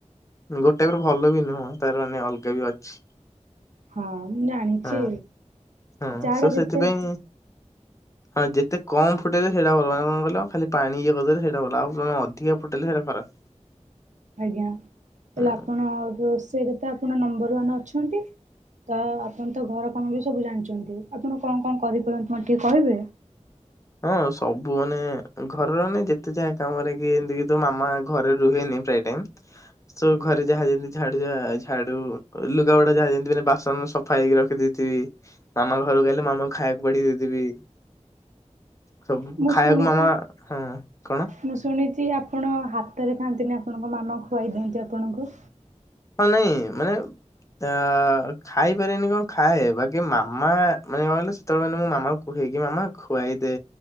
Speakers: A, on the left; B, on the right.
A: ଗୋଟେ କରୁ ଭଲ ବି ନୁହଁ ତାର ମାନେ ଅଲଗା ବି ଅଛି।
B: ହଁ ମୁଁ ଜାଣିଛି
A: ହଁ ହଁ
B: ଚା
A: ସୋ
B: ଟା ଯେତେ
A: ସେଥିପାଇଁ ହଁ ଯେତେ କମ ଫୁଟେଇଲେ ସେଇଟା ଭଲ ଆଉ କଣ କହିଲ ଖାଲି ପାଣି ଇଏ କରିଦଲେ ସେଇଟା ଭଲ ଆଉ ଅଧିକା ଫୁଟେଇଲେ ସେଟା ଖରାପ।
B: ଆଜ୍ଞା ତାହଲେ
A: ହୁଁ
B: ଆପଣ ରୋଷେଇରେ ତ ଆପଣ ନମ୍ବର ୱାନ ଅଛନ୍ତି ତ ଆପଣ ତ ଘର କାମ ବି ସବୁ ଜାଣିଛନ୍ତି। ଆପଣ କଣ କଣ କରିପାରନ୍ତି ମତେ ଟିକେ କହିବେ?
A: ହଁ ସବୁ ମାନେ ଘରର ମାନେ ଯେତେ ଯାହା କାମରେ କି ଏମିତି କି ତ ମାମା ଘରେ ରୁହେନି ପ୍ରାୟ ଟାଇମ। ସବୁ ଘରେ ଯାହା ଯେମିତି ଝାଡୁ ଝାଡୁ ଲୁଗାପଟା ଯାହା ଯେମିତି ମାନେ ବାସନ ସ ଫାଇକି ରଖି ଦେଇଥିବି ମାମା ଘରକୁ ଆଇଲେ ମାମାଙ୍କୁ ଖାଇବାକୁ ବାଢ଼ି ଦେଇ ଦେବି। ସବୁ
B: ମୁଁ
A: ଖାଇବାକୁ
B: ଶୁଣିଛି
A: ମାମା ହଁ କଣ?
B: ମୁଁ ଶୁଣିଛି ଆପଣ ହାତରେ ଖାଆନ୍ତିନି ଆପଣଙ୍କ ମାମା ଖୁଆଇ ଦିଅନ୍ତି ଆପଣଙ୍କୁ।
A: ହଁ ନାଇଁ ମାନେ ଆଁ ଖାଇପାରେନି କଣ ଖାଏ ବାକି ମାମା ମାନେ କଁ କହିଲ ତା ମାନେ ମୁଁ ମାମା କୁହେ କି ମାମା ଖୁଆାଇ ଦେ